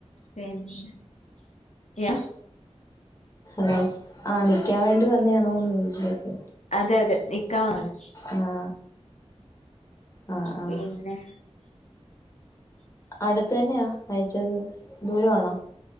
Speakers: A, on the left; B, on the left.
A: പിന്നെ യാ
B: ആഹ് ആ നിക്കാൻ വേണ്ടി വന്നേണോന്ന് വീട്ടിലേക്ക്
A: അതെയതെ നിക്കാവാണ്
B: ആഹ് ആഹ് ആഹ്
A: പിന്നെ?
B: അടുത്ത തന്നെയാ അയച്ചത് ദൂരാണോ?